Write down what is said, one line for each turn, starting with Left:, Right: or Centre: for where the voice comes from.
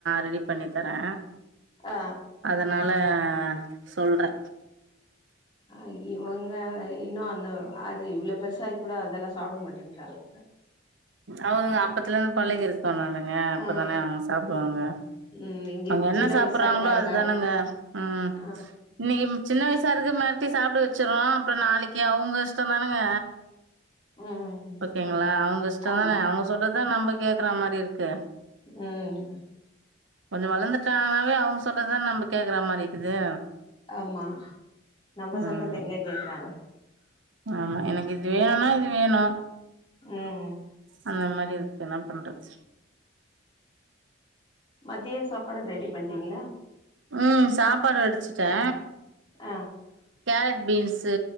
Right: ரெடி பண்ணி தரே
Left: ஆ
Right: அதனால சொல்றே
Left: அய்யோ இவங்க இன்னு அந்த அது இவ்வளவு பெருசாய் கூட அதெல்லா சாப்பட மாட்டமாட்டேன்டிறாளுங்
Right: அவங்க அப்பத்தல இருந்து பழகிருக்கனுங்க அப்பதானே
Left: ஆ
Right: அவங்க சாப்பிடுவாங்க
Left: ம் இங்க
Right: அங்க என்ன
Left: சின்ன
Right: சாப்பிற்றாங்களோ
Left: வயசா இருக்காங்க
Right: அதுதானுங்க ம்
Left: ஆ
Right: இன்னைக்கு சின்ன வயசா இருக்கு மெரட்டி சாப்ட வச்சிற்றோ அப்புற நாளைக்கு அவங்க இஷ்டம் தானுங்க
Left: ம்
Right: ஓகேங்களா அவங்க இஷ்டம்தானே
Left: ஆமா
Right: அவங்க சொல்லறதா நம்ப கேக்குற மாரி இருக்கு
Left: ம்
Right: கொஞ்ச வளர்ந்துட்டாங்கனாவே அவங்க சொல்றதுத நம்ப கேக்குற மாரி இருக்குது
Left: ஆமா நம்ம
Right: ம்
Left: சொல்றது எங்க கேக்குறாங்க
Right: ஆமா எனக்கு இது வேன்னா இது வேணு
Left: ம்
Right: அந்த மாரி இருக்கு என்ன பண்றது
Left: மத்திய சாப்பாடு ரெடி பண்ட்டீங்களா
Right: ம் சாப்பாடு வடிச்சுட்டே
Left: அ
Right: கேரட் பீன்சு